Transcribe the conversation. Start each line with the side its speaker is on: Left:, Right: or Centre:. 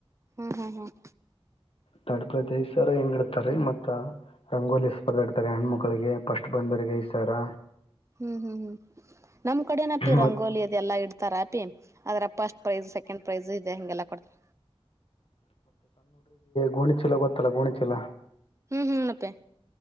Right: ಹ್ಮ್ ಹ್ಮ್ ಹ್ಮ್
Left: ತಡಪತಿ ಸರ್ ಹೆಂಗಿಡ್ತಾರಿ ಮತ್ತ ರಂಗೋಲಿ ಸ್ಪರ್ಧೆ ಇಡ್ತಾರೆ ಹೆಣುಮಕ್ಳಿಗೆ ಫಸ್ಟ್ ಬಂದರಿಗೆ ಈ ಸರ್
Right: ಹ್ಮ್ ಹ್ಮ್ ಹ್ಮ್ ನಮ್ ಕಡೆನ ಅಪಿ ರಂಗೋಲಿ
Left: ಮತ್ತು
Right: ಅದೆಲ್ಲಾ ಇಡ್ತಾರ ಅಪಿ ಆದರ ಫಸ್ಟ್ ಪ್ರೈಜ ಸೆಕೆಂಡ್ ಪ್ರೈಜ ಇದೆ ಹಿಂಗೆಲ್ಲಾ ಕೊಡ್ತಾರ
Left: ಗೊಣಿ ಚೀಲ ಗೊತ್ತಲ್ಲ ಗೊಣಿ ಚೀಲ
Right: ಹ್ಮ ಅಪ್ಯಾ